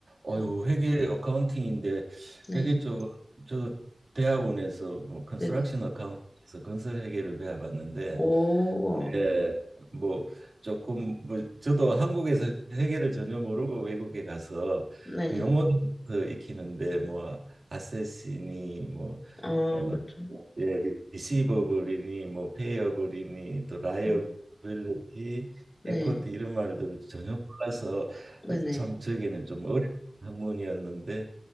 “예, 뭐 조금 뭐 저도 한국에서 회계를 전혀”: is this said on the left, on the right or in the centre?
Right